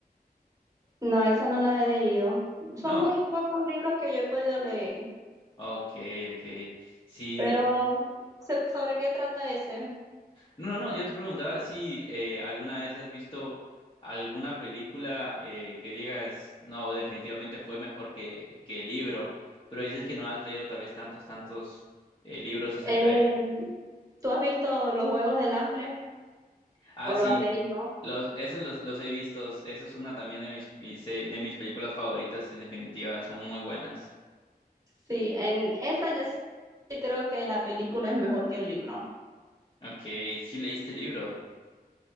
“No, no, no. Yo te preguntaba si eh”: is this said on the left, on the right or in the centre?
Left